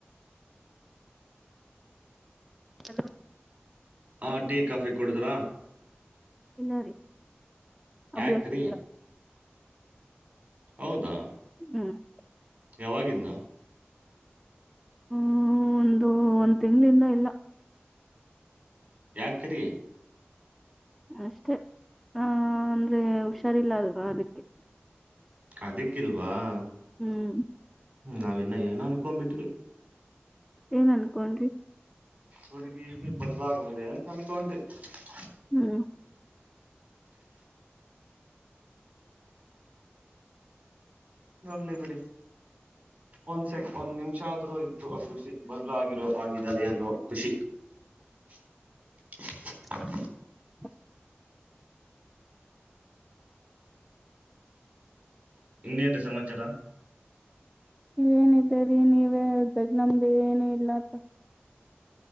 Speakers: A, in the centre; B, on the right (about 45°).
A: ಹಲೋ
B: ಹ, ಟೀ, ಕಾಫಿ, ಕುಡುದ್ರಾ? <inaudible>
A: ತಿನರಿ. <inaudible>
B: ಯಾಕ್ರಿ
A: ಅಭ್ಯಾಸ ಇಲ್ಲಾ. <inaudible>
B: ಹೌದಾ. <inaudible>
A: ಹ್ಮ್... <inaudible>
B: ಯಾವಾಗಿಂದ. <inaudible>
A: ಹ್ಮ, ಒಂದು, ಒಂದ್, ತಿಂಗಗಳಿಂದ ಇಲ್ಲ. <inaudible>
B: ಯಾಕರಿ. <inaudible>
A: ಅಷ್ಟೆ, ಆ, ಅಂದ್ರೆ ಹುಷಾರಿಲ್ಲ! ಅಲ್ವಾ ಅದಕ್ಕೆ? <inaudible>
B: ಅದಿಕ್ಕಿಲ್ವಾ! <inaudible>
A: ಹ್ಮ್. <inaudible>
B: ಹ್ಮ, ನಾವ್ ಇನ್ನ ಏನನುಅನುಕೊಂಡುಬಿಟ್ಟವಿ? <inaudible>
A: ಏನ್, ಅನ್ಕೊಂಡ್ರಿ. <inaudible>
B: ಹುಡುಗಿ, ಬದ್ಲ, ಆಗಾವಲೇ, ಅಂತ, ಅನುಕೊಂಡುವಿ. <inaudible>
A: ಹ್ಮ್... <inaudible>
B: ಹೋಗ್ಲಿ, ಬಿಡಿ ಒಂದ್, ಸೆ ಒಂದ್ ನಿಮಿಷ ಆದ್ರೂ, ಇತ್ತು ಆ ಖುಷಿ, ಬದ್ಲು ಆಗಿರೋ ಆಗಿದ್ದಳೆ ಅನ್ನೋ ಖುಷಿ. <inaudible>
A: <unintelligible> <inaudible>
B: ಇನ್ನೂರಿ, ಸಮಾಚಾರ? <inaudible>
A: ಏನ್ದರಿ, ನೀವೇ, ಬಜ, ನಮ್ದು ಏನು ಇಲ್ಲ ಅಪ್ಪಾ. <inaudible>